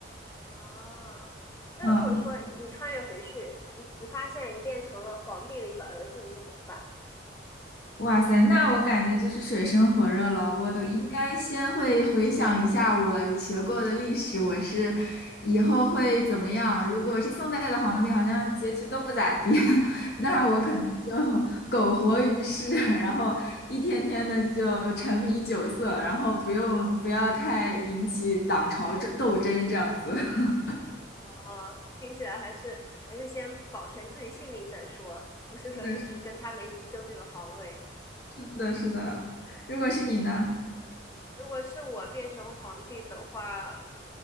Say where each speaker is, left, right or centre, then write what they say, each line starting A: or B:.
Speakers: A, on the left; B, on the left.
A: <laughs> 啊，那如果说你穿越回去，
B: 嗯。
A: 你你发现你变成了皇帝的一个儿子，你会怎么办？
B: 哇塞，那我感觉就是水深火热了。我应该先会回想一下我学过的历史，我是以后会怎么样？如果是宋代的皇帝，好像结局都不咋地，<laughs> 那我可能就
A: <laughs> 嗯，
B: <laughs> 苟活于世，然后一天天的就沉迷酒色，然后不用不要太引起党朝这斗争这样子。<laughs>
A: 啊，听起来还是还是先保全自己性命再说，不是说是去跟他们一起争这个皇位。
B: 是的，是的，是的。如果是你呢？
A: 如果是我变成皇帝的话，